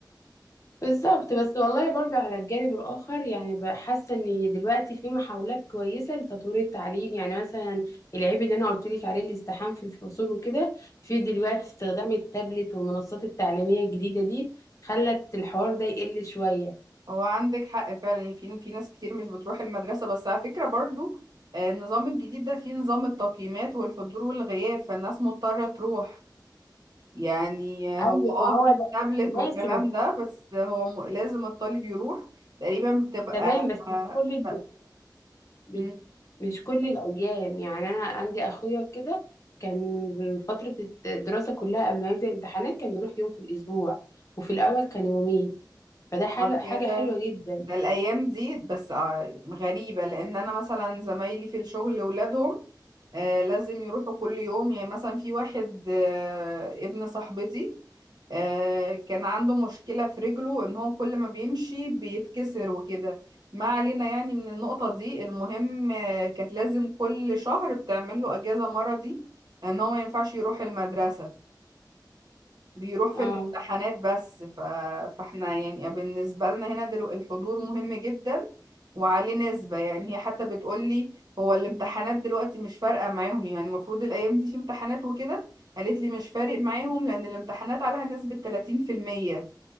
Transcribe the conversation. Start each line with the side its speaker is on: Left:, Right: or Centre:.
Left: بالظبط بس والله برضه على الجانب الآخر يعني بحس إن دلوقتي في محاولات كويسة لتطوير التعليم يعني مثلا العيب اللي أنا قلت لك عليه الازدحام في الفصول وكده في دلوقتي استخدام التابلت والمنصات التعليمية الجديدة دي خلت الحوار ده يقل شوية
Right: هو عندك حق فعلا يعني في في ناس كتير مش بتروح المدرسة بس على فكرة برضو آه، النظام الجديد ده فيه نظام التقييمات والحضور والغياب فالناس مضطرة تروح يعني آه،
Left: أيوة
Right: هو اه
Left: ما هو
Right: في
Left: ده
Right: تابلت
Left: ماشي
Right: والكلام
Left: بس
Right: ده بس هو م... لازم الطالب يروح تقريبا بتبقى
Left: تمام بس
Right: آه،
Left: مش كل
Right: آه،
Left: مش
Right: مم،
Left: مش كل الأيام يعني أنا عندي أخويا كده كان فترة الدراسة كلها قبل ما يبدأ الامتحانات كان بيروح يوم في الأسبوع وفي الأول كان يومين فده حل-
Right: هو كده
Left: حاجة حلوة جدا
Right: ده الايام دي بس آه، غريبه لان انا مثلا زمايلي في الشغل ولادهم آه، لازم يروحوا كل يوم يعني مثلا في واحد آه، ابن صاحبتي آه، كان عنده مشكله في رجله ان هو كل ما بيمشي بيتكسر وكده ما علينا يعني من النقطه دي المهم آه، كانت لازم كل شهر بتعمل له اجازه مرضي ان هو ما ينفعش يروح المدرسه بيروح في
Left: اه
Right: الامتحانات بس ف... فاحنا يعني بالنسبة لنا هنا دلو الحضور مهم جدا وعليه نسبة يعني هي حتى بتقولي هو الامتحانات دلوقتي مش فارقة معاهم يعني المفروض الأيام دي في امتحانات وكده قالت لي مش فارق معاهم لأن الامتحانات عليها نسبة 30%